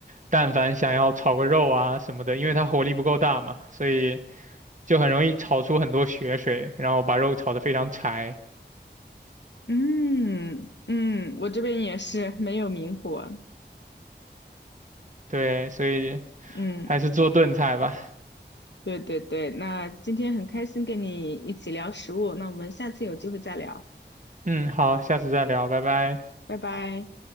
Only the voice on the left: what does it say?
嗯嗯，我这边也是没有明火。
嗯。
对对对，那今天很开心跟你一起聊食物，那我们下次有机会再聊，
拜拜。